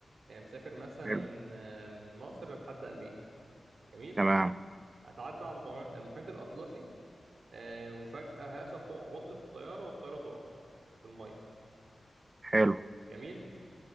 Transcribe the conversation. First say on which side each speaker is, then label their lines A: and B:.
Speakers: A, on the right; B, on the right.
A: آه، مسافر مثلا
B: حلو
A: من آه، من مصر لحد امريكا جميل
B: تمام
A: هتعدي على المع- المحيط الأطلسي آه، وفجأة هيحصل حو- عطل في الطيارة والطيارة تقع في المية
B: حلو
A: جميل